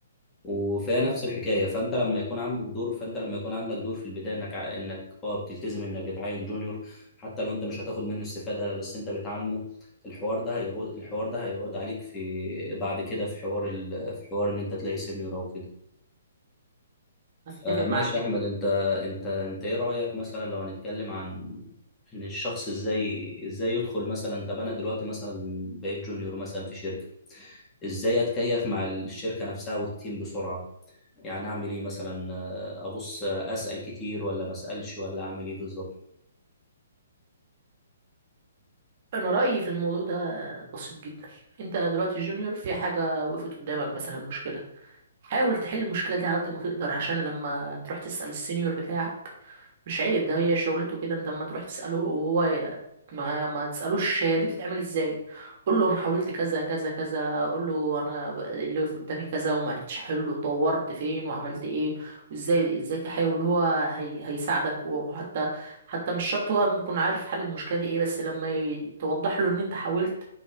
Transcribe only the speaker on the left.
وفيها
نفس الحكايه فانت لما يكون عندك دور فانت لما يكون عندك دور في البدايه انك ع- انك اه بتلتزم انك تعين جونيور حتى لو انت مش هتاخد منه استفاده لا بس انت بتعلمه الحوار ده هيعود الحوار ده هيعود عليك في بعد كده في حوار ال... في حوار ان انت تلاقي سينيور او كده
آه،
ماشي
يا احمد انت انت انت ايه رايك مثلا لو هنتكلم عن ان الشخص ازاي ازاي يدخل مثلا طب انا دلوقتي مثلا بقيت جونيور مثلا في شركه ازاي اتكيف مع الشركه نفسها والتيم بسرعه يعني اعمل ايه مثلا آه، ابص آه، اسال كتير ولا ما اسالش ولا اعمل ايه بالظبط